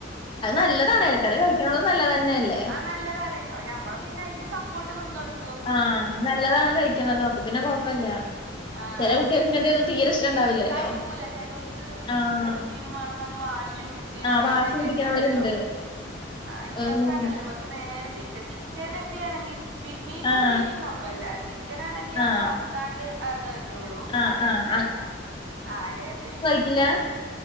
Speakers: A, on the right; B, on the left.
A: ഉം
B: അത് നല്ലതാണ് ഇലക്കറി കഴിക്കുന്നതും നല്ലതന്നെല്ലേ
A: ആഹ് നല്ലതാണ് അ ഞമ്മളും പിന്നെ അയ്ന് സപ്പോർട്ട് നിന്ന് കൊടു
B: ആഹ് നല്ലതാണ് കഴിക്കുന്നത് അപ്പൊ പിന്നെ കൊഴപ്പല്ല
A: ആഹ്
B: ചെല കുട്ട്യേൾക്ക് ഇങ്ങൻത്തെയൊന്നും തീരെ ഇഷ്ടണ്ടാവില്ലല്ലോ
A: കഴിക്കൂല ചിലോൾക്ക് ഈ
B: ആഹ്.
A: ചിക്കനും മീനും വേണം പറ വാശി ഷിയുടിച്ച്
B: ആഹ് വാശി
A: അങ്ങനൊക്കെ
B: പിടിക്കണവരുണ്ട്.
A: ആണല്ലോ ആഹ് ഇവർക്കങ്ങനല്ല
B: ഒന്നും
A: വർ ക് നേരെ തിരിച്ച ചിക്കനൊക്കെ ആണെങ്കിൽ മീനിനോട്
B: ആഹ്
A: തീരം കമ്പല്ല ചി ചിക്കനാണെങ്കിൽ
B: ആഹ്
A: അത് വറുത്താണ്ട് അത് തന്നെള്ളൂ
B: ആഹ്
A: കറി
B: ആഹ്
A: ഇഷ്ടല്ല ആഹ് ഏറ്റവും ഇ
B: ഇല്ല